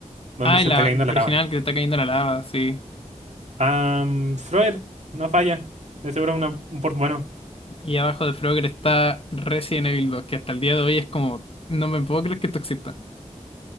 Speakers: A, on the right; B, on the left.
A: donde
B: Ah,
A: se
B: en la
A: está cayendo la
B: original
A: lava.
B: que te está cayendo la lava, sí.
A: Am, Freud, no falla. De seguro una- un port bueno.
B: Y abajo de Frogger está Resident Evil 2 que hasta el día de hoy es como, no me puedo creer que esto exista.